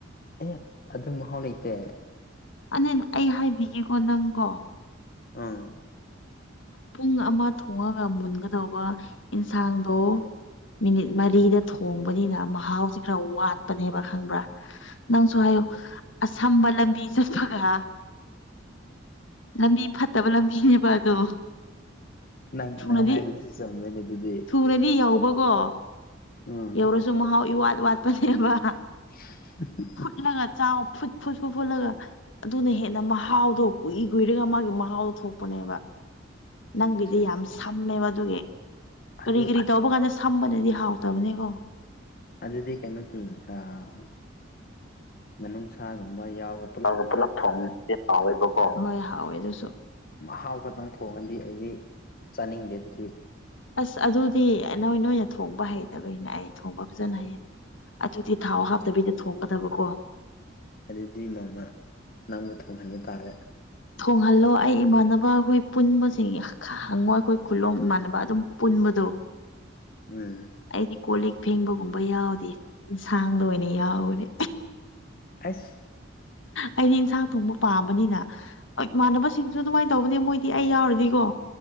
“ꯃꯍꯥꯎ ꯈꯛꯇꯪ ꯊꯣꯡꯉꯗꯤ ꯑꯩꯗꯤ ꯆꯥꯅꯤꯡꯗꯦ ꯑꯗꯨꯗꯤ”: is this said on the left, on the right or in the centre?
Left